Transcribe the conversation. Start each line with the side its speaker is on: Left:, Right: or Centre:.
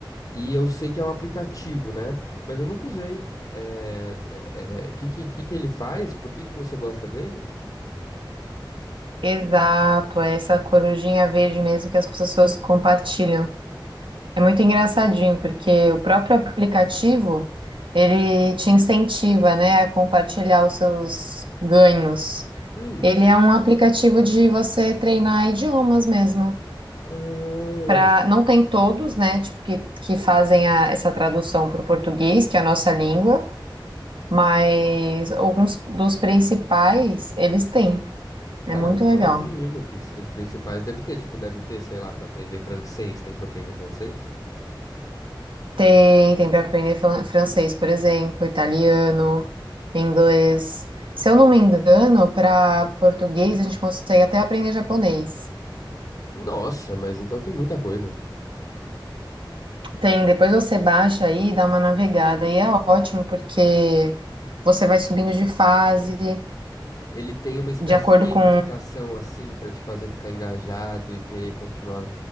Left: E eu sei que é um aplicativo, né? Mas eu nunca usei. É, é, é, que, que, que que ele faz? Por que que você gosta dele?
Right: Exato, é essa corujinha verde mesmo que as pessoas compartilham. É muito engraçadinho, porque o próprio aplicativo, ele te incentiva, né, a compartilhar os seus ganhos.
Left: Hum.
Right: Ele é um aplicativo de você treinar idiomas mesmo.
Left: Ah,
Right: para não tem todos, né? Tipo que, que fazem a- essa tradução para o português, que é a nossa língua, mas alguns dos principais eles têm. É
Left: ah,
Right: muito
Left: eu imagino
Right: legal.
Left: que s- os principais deve ter, tipo, deve ter, sei lá, para aprender francês, tem para aprender francês?
Right: Tem, tem para aprender fran- francês, por exemplo, italiano, inglês. Se eu não me engano, para português a gente consegue até aprender japonês.
Left: Nossa, mas então tem muita coisa.
Right: Tem, depois você baixa aí e dá uma navegada e é ótimo porque você vai subindo de fase
Left: Ele tem uma espécie
Right: de acordo
Left: de gamificação
Right: com
Left: assim pra te fazer ficar engajado e querer continuar,